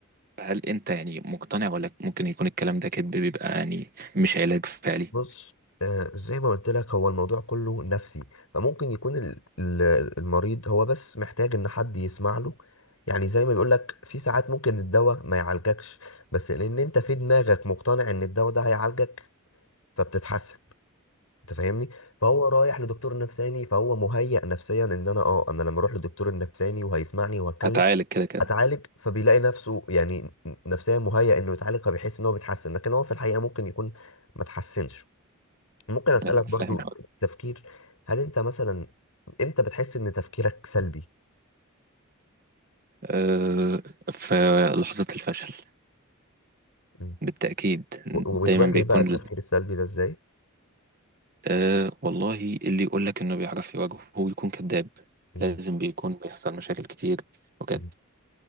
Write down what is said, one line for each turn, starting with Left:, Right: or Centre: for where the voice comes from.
Right: هل أنت يعني مقتنع ولا ممكن يكون الكلام ده كذب بيبقى يعني مش علاج فعلي؟
Left: بص آه زي ما قلت لك هو الموضوع كله نفسي فممكن يكون ال- ال- المريض هو بس محتاج ان حد يسمع له يعني زي ما بيقول لك في ساعات ممكن الدواء ما يعالجكش بس لان انت في دماغك مقتنع ان الدواء ده هيعالجك فبتتحسن انت فاهمني فهو رايح لدكتور نفساني فهو مهيأ نفسيا ان انا اه انا لما اروح للدكتور النفساني وهيسمعني وهتكلم
Right: هتعالج كده كده
Left: اتعالج فبيلاقي نفسه يعني نفسيا مهيأ انه يتعالج فبيحس ان هو بيتحسن لكن هو في الحقيقه ممكن يكون ما تحسنش ممكن اسالك
Right: ايوه
Left: برضو
Right: فاهم
Left: تفكير هل انت مثلا امتى بتحس ان تفكيرك سلبي
Right: أه في لحظة الفشل
Left: مم.
Right: بالتأكيد
Left: و- وبتواجه
Right: دايما بيكون
Left: مم. بقى التفكير
Right: ال-
Left: السلبي ده ازاي
Right: أه والله اللي يقول لك انه بيعرف يواجهه هو يكون كذاب
Left: مم.
Right: لازم بيكون بيحصل مشاكل كتير وكده
Left: مم.